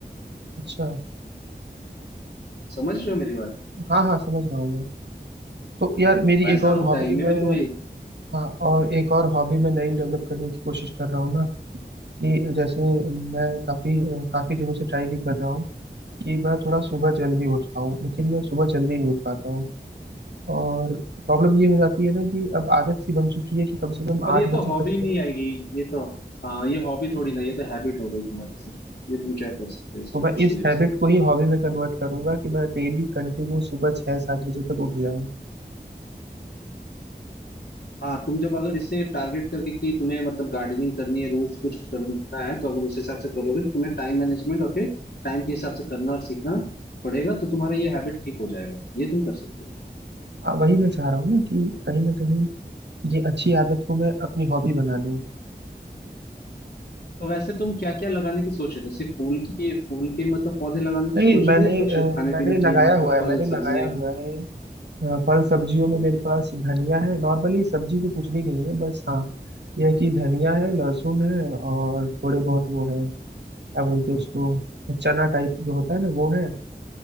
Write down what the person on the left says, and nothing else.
समझ रहे हो मेरी बात
वैसा
होता
है इनमें
भी तो वही
पर ये
तो
हॉबी
नहीं
आएगी ये तो हाँ ये हॉबी थोड़ी ना ये तो हैबिट हो गई तुम्हारी सिर्फ ये तुम क्या कर सकते हो इसमें
कुछ
नहीं कर
सकते
हाँ तुम जब अगर इसे टारगेट करके कि तुम्हें मतलब गार्डनिंग करनी है रोज कुछ करना है तो अगर उस हिसाब से करोगे तो तुम्हें टाइम मैनेजमेंट और फिर टाइम के हिसाब से करना और सीखना पड़ेगा तो तुम्हारा ये हैबिट ठीक हो जाएगा ये तुम कर सकते हो
तो वैसे तुम क्या क्या लगाने की सोच रहे थे सिर्फ फूल की फूल के मतलब पौधे लगाने की
सोच
रहे थे या कुछ
खाने
पीने
की मतलब
फल
सब्जियां
हाँ।